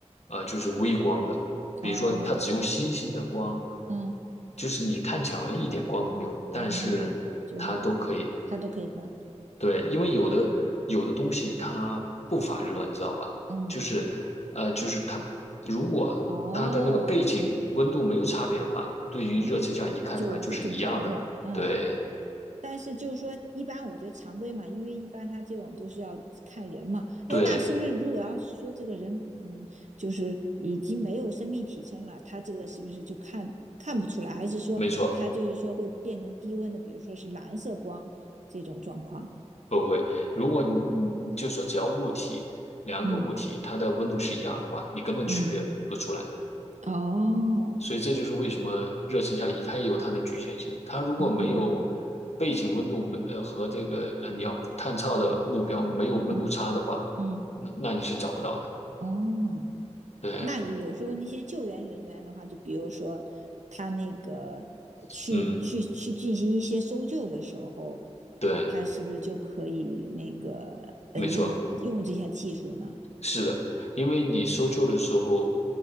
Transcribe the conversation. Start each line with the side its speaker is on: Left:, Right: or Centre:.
Left: 呃，就是微光的，比如说它只用星星的光，
Right: 哦，嗯
Left: 就是你看起来好像一点光都没有，但是它都可以。
Right: 嗯，就是它都可以弄，
Left: 对，因为有的有的东西它不发热，你知道吧？
Right: 嗯
Left: 就是，呃，就是它如果它的那个背景温度没有差别的话，
Right: 哦
Left: 对于热成像仪看出来就是一样的。
Right: 哦，就就不管用，嗯
Left: 对
Right: 但是就是说，一般我觉得常规嘛，因为一般他这种都是要看人嘛。哎，
Left: 对，
Right: 那是不是如果要是说这个人，嗯，就是已经没有生命体征了，他这个是不是就看看不出来？还是说他就是说会变成低温的，
Left: 没错。
Right: 比如说是蓝色光这种状况？
Left: 不会，如果你你你就说只要物体两个物体它的温度是一样的话，
Right: 嗯
Left: 你根本区别不出来。
Right: 嗯，哦，
Left: 所以这就是为什么热成像仪它也有它的局限性。它如果没有
Right: 哦，
Left: 背景温度没呃和这个呃你要探测的目标没有温度差的话，
Right: 嗯嗯
Left: 嗯那你是找不到的。
Right: 哦。
Left: 对，
Right: 那有时候那些救援人员的话，就比如说他那个呃去去去进行一些搜救的时候，
Left: 嗯，对，
Right: 他是不是就可以那个呃用用这些技术呢？
Left: 没错，是的，因为你搜救的时候，